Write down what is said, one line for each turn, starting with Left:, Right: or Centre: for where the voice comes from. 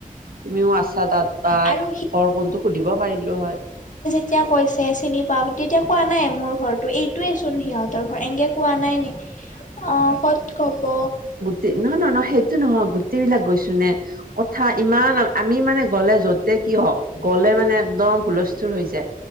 Right: তুমিও আছা তাত বা
Left: আৰু
Right: ঘৰ কোনটো সুধিব পাৰিলো হয়?
Left: এতিয়া কৈছে চিনি পা তেতিয়া কোৱা নাই মোৰ ঘৰটো এই তোৱে চোন সিহঁতৰ ঘৰ এনেকে কোৱা নাই নে অ কত কব?
Right: তে নহয় নহয় ন সেইটো নহয় গোটেইবিলাক গৈছো নে কথা ইমান আমি মানে গ'লে যতে কি হওঁক, গ'লে মানে একদম হুলস্থুল হৈ যায়।